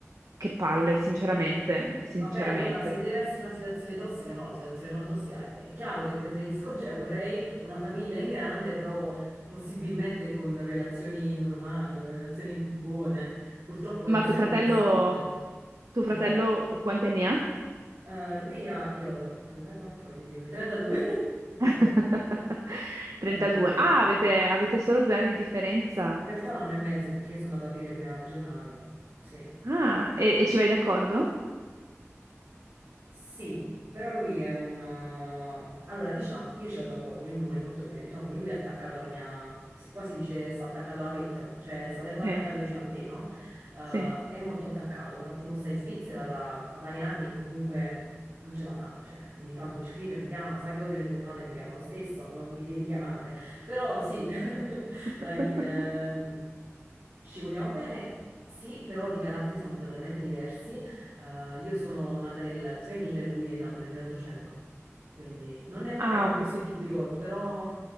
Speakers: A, on the right (about 90°); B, on the right (about 60°).
A: che palle,
B: Eh,
A: sinceramente, sinceramente.
B: Vabbè, allora, se deve essere una situazione tossica, no, una situazione non tossica, è chiaro che preferisco, <laughs> cioè vorrei una famiglia in grande, però possibilmente con relazioni normali, relazioni buone. Purtroppo non
A: Ma
B: è sempre
A: tuo fratello,
B: possibile.
A: tuo
B: Mio
A: fratello
B: fratello?
A: quanti anni ha?
B: Eh, lui ha, io ho 34, quindi lui 32.
A: <laughs> 32.
B: 32,
A: Ah,
B: <laughs>
A: avete,
B: sì.
A: avete solo due anni di differenza.
B: In realtà un anno e mezzo, perché io sono andata ad aprile e lui a gennaio. Sì.
A: Ah, e, e ci vai d'accordo?
B: Sì, però lui è un... eh, Allora, diciamo, io ci vado d'accordo, lui mi vuole molto bene, diciamo che lui è attaccato alla mia... si- Qua si dice sta attaccato alla pettola, cioè sta sempre
A: Sì.
B: attaccato vicino a te, no? Eh,
A: Sì.
B: è molto attaccato, infatti mo sta in Svizzera da da vari anni e comunque non ce la fa, cioè ogni tanto mi scrive, mi chiama, sa che odio le telefonate, mi chiama lo stesso, non mi devi chiamare, però sì, <laughs>
A: <laughs>
B: eh, i- ehm, ci vogliamo bene, sì, però di caratteri siamo totalmente diversi. Eh, io sono nata nel 3000 e lui è nato nel 1800, quindi non è, non
A: Ah,
B: è per
A: ho
B: questione
A: capito.
B: di bigotto, però